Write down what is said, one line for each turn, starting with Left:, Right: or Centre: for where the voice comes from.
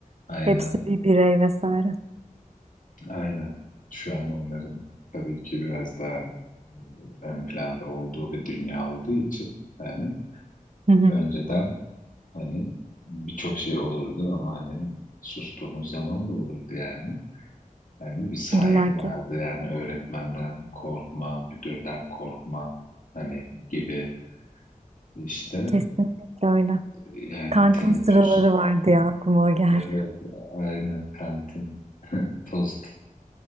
Left: aynen
Right: Hepsi bir birey vesaire.
Left: aynen şu an onların tabii ki biraz daha e, ön planda olduğu bir dünya olduğu için hani
Right: Hı hı.
Left: önceden hani birçok şey olurdu ama hani sustuğumuz zaman da olurdu yani. Hani bir saygı
Right: İlla ki.
Left: vardı yani öğretmenden korkma, müdürden korkma hani gibi işte
Right: Kesinlikle öyle.
Left: yani
Right: Kantin
Left: teneffüs
Right: sıraları vardı ya aklıma o geldi.
Left: evet aynen kantin <laughs> tost